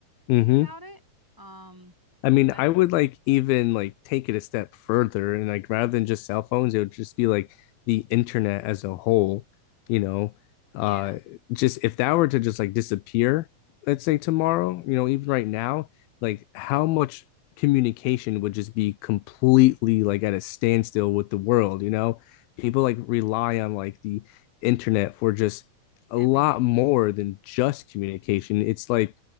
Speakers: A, on the left; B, in the centre.
A: hmm
B: without it. Um,
A: I mean,
B: that's
A: I would like even like take it a step further and like rather
B: mhm.
A: than just cell phones, it would just be like the internet as a whole, you know. Uh
B: Yeah,
A: just if that were to just like disappear, let's say tomorrow, you know, even right now, like how much communication would just be completely like at a standstill with the world, you know? People like rely on like the internet for just a
B: everything.
A: lot more than just communication. It's like